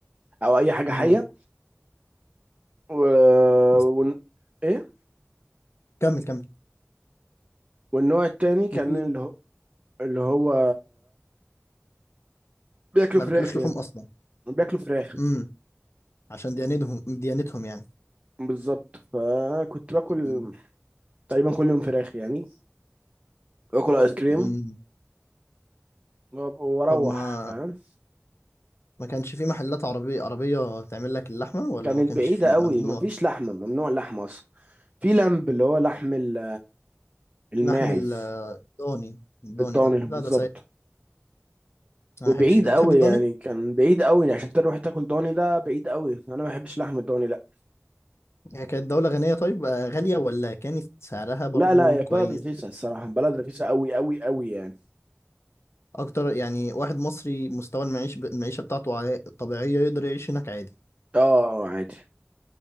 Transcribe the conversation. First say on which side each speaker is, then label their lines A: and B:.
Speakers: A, on the right (about 30°); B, on the left (about 70°).
A: او اي حاجة
B: امم
A: حية و...
B: بس
A: ون... ايه
B: كمل كمل
A: والنوع التاني كان
B: وفي
A: اللي هو اللي هو بياكلوا
B: ما
A: فراخ
B: بياكلوش
A: يعني
B: لحوم اصلا
A: بياكلوا فراخ
B: امم عشان ديانتهم ديانتهم يعني
A: بالظبط فكنت باكل
B: امم
A: تقريبا كل يوم فراخ يعني باكل ايس كريم
B: امم
A: وأب- واروح
B: طب ما
A: فاهم
B: ما كانش في محلات عربية عربية تعمل لك اللحمة ولا
A: كانت
B: ما كانش
A: بعيدة
B: في
A: قوي
B: ممنوع
A: مفيش لحمة ممنوع اللحمة اصلا في لمب اللي هو لحم ال- الماعز
B: لحم الضاني الضاني
A: الضاني
B: ده
A: بالظبط
B: لا ده سيء انا
A: وبعيد
B: ما بحبش الضاني
A: قوي
B: بتحب الضاني
A: يعني كان بعيد قوي عشان تروح تاكل ضاني ده بعيد قوي انا ما بحبش لحم الضاني لا
B: هي كانت دولة غنية طيب آه، غالية ولا كانت سعرها برضو
A: لا لا يا
B: كويس
A: بلد رخيصة الصراحة بلد رخيصة قوي قوي قوي يعني
B: اكتر يعني واحد مصري مستوى المعيش المعيشة بتاعته عا- طبيعية يقدر يعيش هناك عادي
A: اه آه، عادي